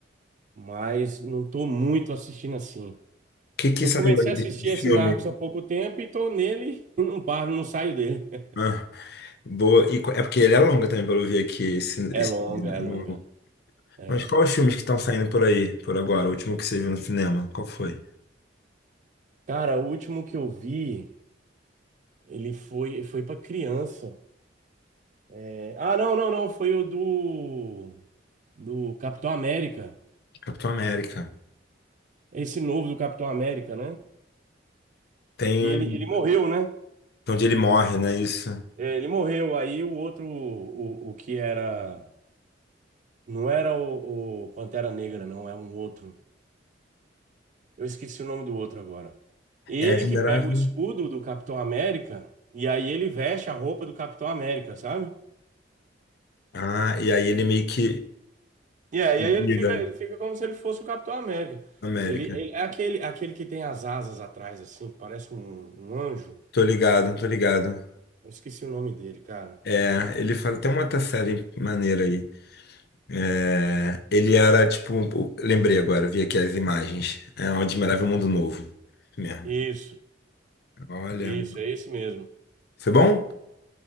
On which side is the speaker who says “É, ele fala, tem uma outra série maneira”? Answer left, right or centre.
Left